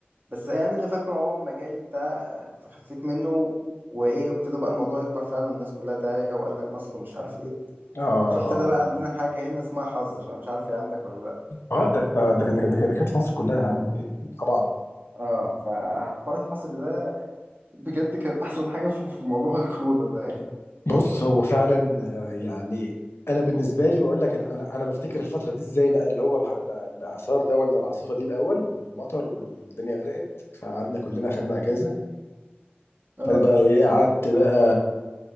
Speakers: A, on the right; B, on the left.
A: بس يعني اللي فاكره هو اما جالي بتاع فخفيت منه وايه ابتدى بقى الموضوع يكبر فعلا الناس كلها تعالى وقال لك مصل ومش عارف ايه
B: اه
A: فابتدى بقى
B: اه
A: عندنا حاجة هنا اسمها حظر انا مش عارف هي عندك ولا لا
B: اه اه ده ده ده ده ده- ده كانت مصر كلها يا عم ايه طبعا
A: اه فحوار الحظر ده بجد كانت احسن حاجة في في موضوع الكورونا ده يعني
B: بص هو فعلا آه، يعني انا بالنسبه لي بقول لك انا انا انا بفتكر الفتره دي ازاي بقى اللي هو الع- الع- الاعصار ده ولا العاصفه دي الاول والمطر والدنيا غرقت فقعدنا كلنا اخدنا اجازه
A: اه
B: فانا بقى ايه قعدت بقى